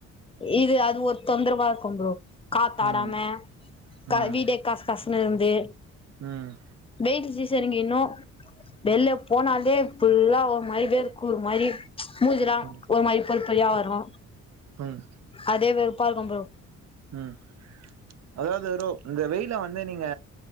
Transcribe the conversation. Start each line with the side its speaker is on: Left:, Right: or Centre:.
Left: இது அது ஒரு தொந்தரவா இருக்கு ப்ரோ காத்தாடாம
Right: ம்.
Left: க
Right: ம்.
Left: வீடே கச கசன்னு இருந்து
Right: ம்
Left: வெயில் சீசன்னுக்கு இன்னு வெல்ல போனாலே ஃபுல்லா ஒரு மாரி வேர்க்குரு மாரி மூஞ்சுல்லா
Right: ம்.
Left: ஒரு மாரி பொறிப் பொறியா வரு
Right: ம்
Left: அதே வெறுப்பா இருக்கு ப்ரோ
Right: ம் அதாவது ரோ இந்த வெயில வந்து நீங்க